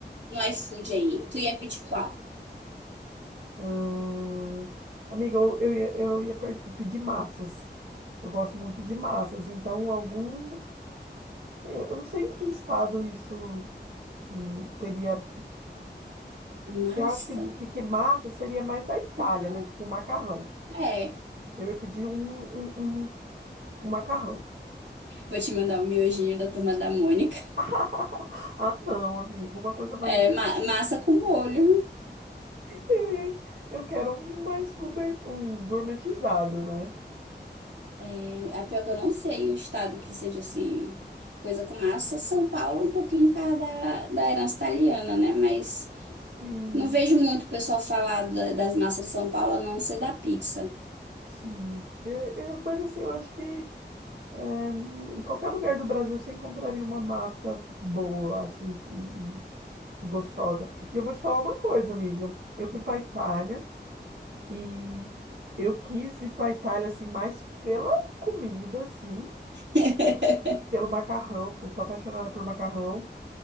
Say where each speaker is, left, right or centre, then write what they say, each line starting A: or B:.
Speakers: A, on the right; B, on the right.
A: no iFood aí, tu ia pedir qual?
B: Hum, amiga, eu, eu ia, eu ia per- pedir massas. Eu gosto muito de massas, então algum. Eu eu não sei em que estado isso hum, teria.
A: Massa?
B: porque Eu acho que, que, que massa seria mais da Itália,
A: Qual?
B: né? Tipo um macarrão.
A: É.
B: Eu ia pedir um, um, um- um macarrão.
A: Vou te mandar o miojinho da turma da Mônica.
B: <laughs> Ah, não, amigo, uma coisa mais.
A: É, ma- massa com molho.
B: Eu, ia- eu quero um mais gourmet, um gourmetizado, né?
A: É, a pior que eu não sei um estado que seja assim, coisa com massa. São Paulo, um pouquinho por causa da, da herança italiana, né? Mas
B: Sim,
A: não vejo muito o pessoal falar da- das massas de São Paulo, a não ser da pizza.
B: sim. É, é, mas assim, eu acho que. É, em qualquer lugar do Brasil você encontraria uma massa boa, eu acho, e, e- e gostosa. E eu vou te falar uma coisa, amiga. Eu fui para Itália e eu quis ir para Itália assim mais pela comida, assim,
A: <laughs>
B: pelo macarrão, porque eu sou apaixonada por macarrão.